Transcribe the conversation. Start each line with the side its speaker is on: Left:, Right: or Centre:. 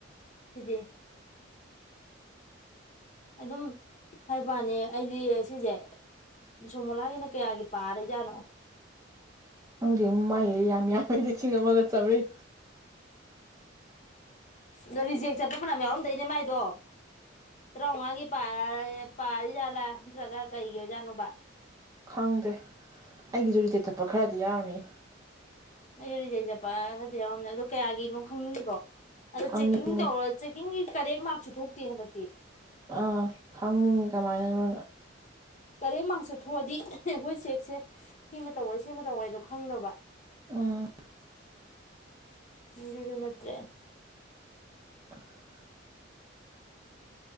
Left: ꯁꯤꯗꯤ ꯑꯗꯨꯝ ꯍꯥꯏꯕ ꯋꯥꯅꯦ ꯑꯩꯗꯤ ꯁꯤꯁꯦ ꯁꯣꯃꯣꯂꯥꯒꯤꯅ ꯀꯌꯥꯒꯤ ꯄꯥꯔꯖꯥꯠꯅꯣ
Right: ꯑꯪꯗꯤ ꯃꯥꯏ ꯌꯥꯝꯌꯥꯝ ꯈꯣꯏꯗꯤ ꯂꯤꯁꯤꯡ ꯑꯃꯒ ꯆꯝꯕꯔꯤ
Left: ꯑꯗꯣ ꯔꯤꯖꯦꯛ ꯆꯠꯄ ꯐꯅꯌꯥꯝ ꯌꯥꯎꯔꯝꯗꯣꯏꯅꯦ ꯃꯥꯏꯗꯣ ꯇꯔꯥꯃꯉꯥꯒꯤ ꯄꯥꯔꯤꯖꯥꯠꯂꯥ ꯅꯠꯇ꯭ꯔꯒ ꯀꯩꯒꯤ ꯑꯣꯏꯖꯥꯠꯅꯣꯕ
Right: ꯈꯪꯗꯦ ꯑꯩꯒꯤꯁꯨ ꯔꯤꯇꯦ ꯊꯞꯄ ꯈꯔꯗꯤ ꯌꯥꯎꯔꯝꯅꯤ
Left: ꯑꯩꯁꯨ ꯔꯤꯖꯩ ꯆꯠꯄ ꯍꯥꯏꯗꯤ ꯌꯥꯎꯝ ꯑꯗꯨꯣ ꯀꯌꯥꯒꯤꯅꯣ ꯈꯪꯅꯤꯡꯕ꯭ꯔꯣ ꯑꯗꯣ
Right: ꯈꯪꯅꯤꯡꯉꯦ
Left: ꯆꯦꯛꯀꯤꯡ ꯇꯧꯔ ꯆꯦꯛꯀꯤꯡꯒꯤ ꯀꯔꯦꯛ ꯃꯥꯔꯁꯨ ꯊꯣꯛ <unintelligible>
Right: ꯑꯥ ꯈꯪꯅꯤꯡꯉꯤ ꯀꯃꯥꯏꯅꯅꯣ
Left: ꯇꯔꯦꯡ ꯃꯁꯨ ꯊꯣꯛꯑꯗꯤ ꯑꯩꯈꯣꯏ ꯆꯦꯛꯁꯦ ꯁꯤꯃ ꯇꯧꯋꯦ ꯁꯤꯃ ꯇꯧꯋꯦꯗꯣ ꯈꯪꯅꯕ
Right: ꯑ
Left: <inaudible> <unintelligible> ꯅꯠꯇꯔꯦ
Right: <unintelligible>